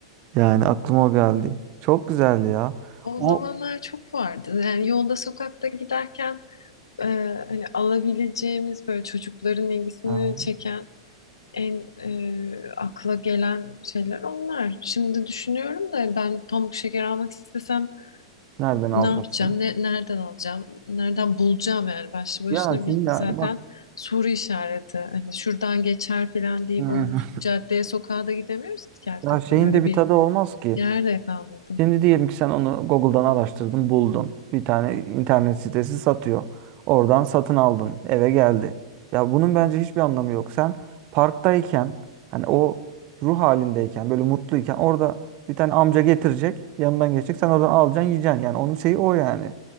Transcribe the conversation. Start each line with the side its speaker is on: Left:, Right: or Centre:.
Right: Yani aklıma o geldi. Çok güzeldi ya.
Left: O
Right: O
Left: zamanlar çok vardı. Yani yolda sokakta giderken e, hani alabileceğimiz böyle çocukların ilgisini
Right: e,
Left: çeken En e, akla gelen şeyler onlar. Şimdi düşünüyorum da ben pamuk şeker almak istesem
Right: nereden alacaksın?
Left: ne yapacağım? Ne, nereden alacağım? Nereden bulacağım yani? Başlı başına
Right: Ya şimdi
Left: bir
Right: yani
Left: zaten
Right: bak
Left: soru işareti. Hani şuradan geçer filan deyip
Right: e,
Left: o caddeye sokağa da gidemiyoruz
Right: <laughs>
Left: ki artık.
Right: ya şeyin
Left: Hani öyle
Right: de bir
Left: bir
Right: tadı olmaz ki.
Left: yer de kalmadı.
Right: Şimdi diyelim ki sen onu Google'dan araştırdın, buldun. Bir tane internet sitesi satıyor. Oradan satın aldın, eve geldi. Ya bunun bence hiçbir anlamı yok. Sen parktayken hani o ruh halindeyken böyle mutluyken orada bir tane amca getirecek, yanından geçecek. Sen oradan alacaksın, yiyeceksin. Yani onun şeyi o yani.